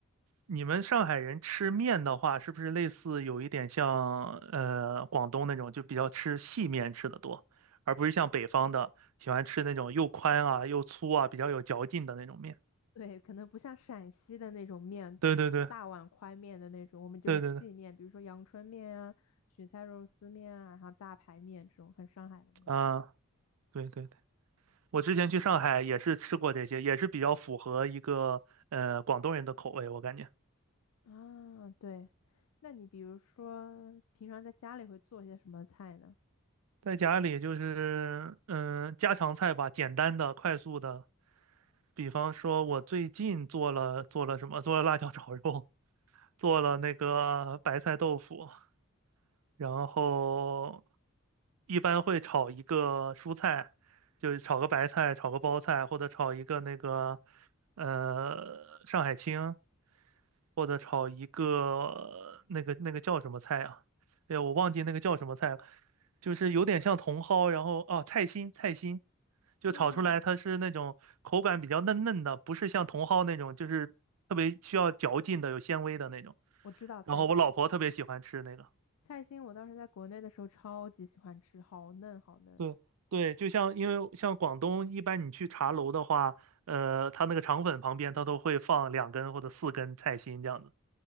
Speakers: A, on the right (about 80°); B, on the left (about 80°).
A: 你们上海人吃面的话，是不是类似有一点像呃广东那种，就比较吃细面吃的多，而不是像北方的喜欢吃那种又宽啊又粗啊比较有嚼劲的那种面？
B: 对，可能不像陕西的那种面，
A: 对对对
B: 大碗宽面的那种，我们就是细面，
A: 对对对，
B: 比如说阳春面啊、雪菜肉丝面啊，然后大排面这种很上海的面
A: 啊，对对对，我之前去上海也是吃过这些，也是比较符合一个呃广东人的口味，我感觉
B: 啊。对，那你比如说平常在家里会做些什么菜呢？
A: 在家里就是嗯、家常菜吧，简单的快速的。比方说，我最近做了做了什么？做了辣椒 <laughs> 炒肉，做了那个白菜豆腐，然后一般会炒一个蔬菜，就是炒个白菜，炒个包菜，或者炒一个那个呃上海青，或者炒一个那个那个叫什么菜啊？哎呀，我忘记那个叫什么菜了，就是有点像茼蒿，然后哦，菜心菜心，就炒出来它是那种口感比较嫩嫩的，
B: 哦，
A: 不是像茼蒿那种，就是特别需要嚼劲的，有纤维的那种。
B: 我知道菜心，
A: 然后我老婆特别喜欢吃那个。
B: 菜心我当时在国内的时候超级喜欢吃，好嫩好嫩。
A: 对对，就像因为像广东一般，你去茶楼的话，呃，它那个肠粉旁边它都会放两根或者四根菜心这样子，